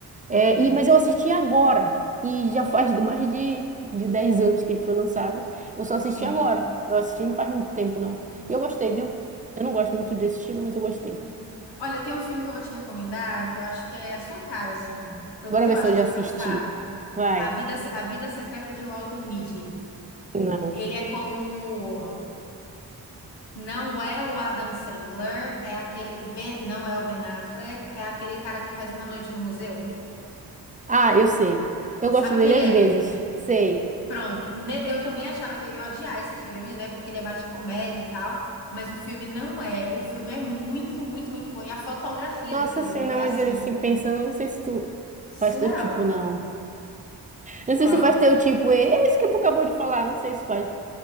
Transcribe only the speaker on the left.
Uhum.
Sim.
Que massa. Olha, tem um filme que eu vou te recomendar que eu acho que é a sua cara, assim. Pelo
menos eu
acho
que
você
vai gostar.
A Vida, a Vida Secreta de Walter Mitty.
Ele é com o Não é o Adam Sandler, é aquele Ben- não é o Ben Affleck, é aquele cara que faz Uma Noite no Museu.
Sabe
quem
é?
Pronto. Ne- Eu também achava que eu ia odiar esse filme, né? Porque ele é mais de comédia e tal, mas o filme não é. O filme é muito, muito, muito bom. E a fotografia
do filme
é assim,
surreal.
Qual?